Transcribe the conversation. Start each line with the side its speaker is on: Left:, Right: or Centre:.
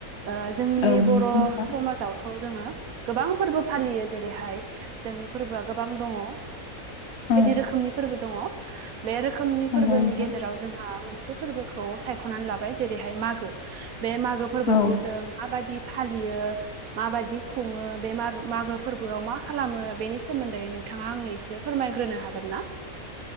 Right: ओ जोंनि
Left: औ नंगौ
Right: बर'
Left: नोंथां
Right: समाजाव थ जोङो गोबां फोरबो फालियो जेरैहाय जोंनि फोरबोआ गोबां दङ ओ
Left: औ
Right: बायदि रोखोमनि फोरबो दङ बे रोखोमनि
Left: नंगौ
Right: फोरबोनि
Left: नोंथां
Right: गेजेराव जोंहा मोनसे फोरबोखौ सायख'नानै लाबाय जेरैहाय मागो बे मागो फोरबोखौ
Left: औ
Right: जों मा बादि फालियो माबाददि खुङो बे मागो फोरबोआव मा खालामो बेनि सोमोन्दै नोंथाङा आंनो एसे फोरमायग्रोनो हागोन ना?